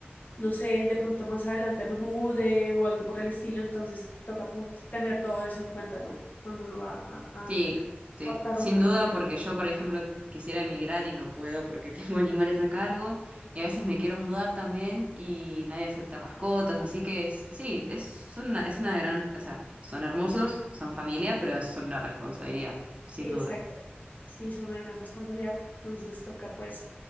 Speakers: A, on the left; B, on the right.
A: no sé, de pronto más adelante me mude o algo por el estilo, entonces toca pon- tener todo eso en cuenta, ¿no? Cuando uno va a, a,
B: Sí,
A: a
B: te-
A: adoptar
B: sin
A: un animal.
B: duda, porque yo, por ejemplo, quisiera emigrar y no puedo porque <laughs> tengo animales a cargo. Y a veces me quiero mudar también y nadie acepta mascotas. Así que es- sí, es, son una, es una gran. O sea, son hermosos, son familia, pero son una responsabilidad, sin
A: Sí,
B: duda.
A: Exacto. Sí, es una gran responsabilidad, entonces toca pues